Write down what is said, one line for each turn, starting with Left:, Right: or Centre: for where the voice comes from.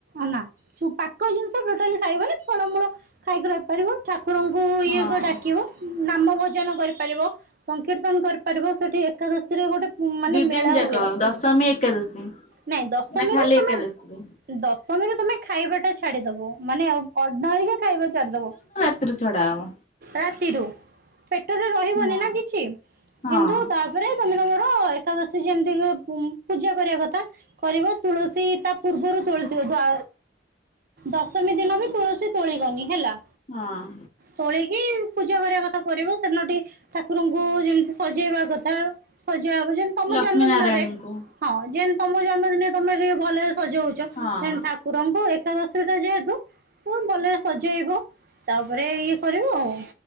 Right: ଅନା ଯୋଉ ପାକ ଜିନିଷ ଟୋଟାଲି ଖାଇବନି ଫଳ ମୂଳ ଖାଇକି ରହି ପାରିବ ଠାକୁରଙ୍କୁ କୁ ଇଏ
Left: ହଁ।
Right: କ ଡାକିବ। ନାମ ଭୋଜନ କରିପାରିବ ସଂକୀର୍ତ୍ତନ କରିପାରିବ ସେଠି ଏକାଦଶୀରେ ଗୋ ମାନେ
Left: ଦି
Right: ମେଳା
Left: ଦିନ ଯାକ
Right: ହୁଏ
Left: ଦଶମୀ ଏକାଦଶୀ
Right: ନାଇଁ ଦଶମୀରୁ
Left: ନା ଖାଲି
Right: ତମେ
Left: ଏକାଦଶୀରେ?
Right: ଦଶମୀରେ ତମେ ଖାଇବା ଟା ଛାଡିଦବ ମାନେ ଅର୍ଣ ହିଁ ଖାଇବା ଛାଡ଼ି ଦବ।
Left: କେତେ ରେ ଛଡ଼ା ହେବ।
Right: ରାତିରୁ ପେଟରେ ରହିବନି
Left: ହଁ
Right: ନା କିଛି
Left: ହଁ
Right: କିନ୍ତୁ ତାପରେ ତମେ ତମର ଏକାଦଶୀ ଯେମିତି ପୂଜା କରିବା କଥା କରିବ ତୁଳସୀ ତା ପୂର୍ବରୁ ତୋଳିଥିବ ଦଶମୀ ଦିନ ବି ତୁଳସୀ ତୋଳିବନି ହେଲା।
Left: ହଁ।
Right: ତୋଳିକି ପୂଜା କରିବା କଥା କରିବ ସେଦିନ ଟି ଠାକୁରଙ୍କୁ ଯେମିତି ସଜେଇବା କଥା ସଜା ହବ ଯେମିତି ତମ
Left: ଲକ୍ଷ୍ମୀ
Right: ଜନ୍ମ
Left: ନାରାୟଣଙ୍କୁ
Right: ଦିନରେ ହଁ ଯେନ୍ ତମ ଜନ୍ମଦିନେ ତମେ ଟିକେ ଭଲରେ ସଜଉଛ
Left: ହଁ
Right: ଠା ଠାକୁରଙ୍କୁ ଏକାଦଶୀଟା ଯେହେତୁ ଖୁବ୍ ଭଲରେ ସଜେଇବ। ତାପରେ ଇଏ କରିବୁ ଆଉ